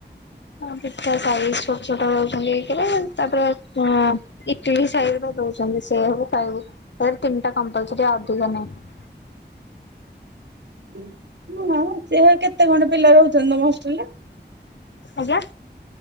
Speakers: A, on the left; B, on the right.
A: ହଁ ପିଠା ସାଇଜ ଛୋଟ ଛୋଟ ରଖିଛନ୍ତି ଏକରେ ତାପରେ ଅଁ ଇଟିଲି ସାଇଜରେ ଦଉଛନ୍ତି ସେୟାକୁ ଖାଇବୁ ଫେର୍ ତିନିଟା କମ୍ପାଲସରି ଆଉ ଅଧିକ ନାହିଁ।
B: ଅଁ, <unintelligible> ସେ କେତେ ଖଣ୍ଡ ପିଲା ରହୁଛନ୍ତି ତୋମ ହଷ୍ଟେଲ୍ ରେ?
A: ଆଜ୍ଞା।